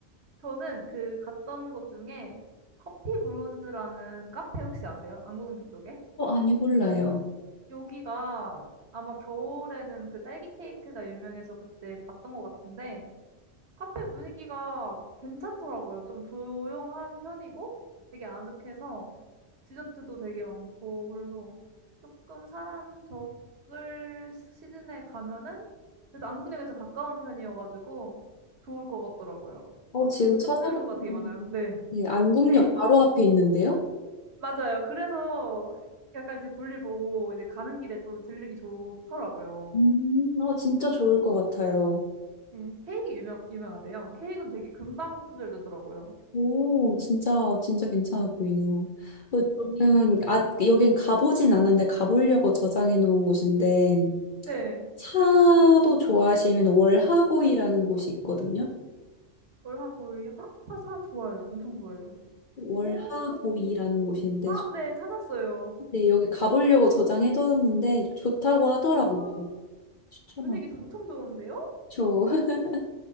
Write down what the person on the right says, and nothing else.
저는 그 갔던 곳 중에 커피 브론즈라는 카페 혹시 아세요? 안국역 쪽에?
여기가 아마 겨울에는 그 딸기 케이크가 유명해서 그때 봤던 것 같은데, 카페 분위기가 괜찮더라고요. 좀 조용한 편이고 되게 아늑해서 디저트도 되게 많고 그래서 조금 사람 적을 시즌에 가면은 그래도 안국역에서 가까운 편이어가지고 좋을 것 같더라고요.
그 디저트류가
되게 많아요. 네.
네.
맞아요. 그래서 약간 이제 볼일 보고 이제 가는 길에 또 들르기 좋더라고요.
음, 케이크 유명, 유명하대요. 케이크는 되게 금방 품절되더라고요.
네.
월화보일요? 아, 사사 좋아요. 엄청 좋아요.
오,
아, 네, 찾았어요.
와,
분위기 엄청 좋은데요?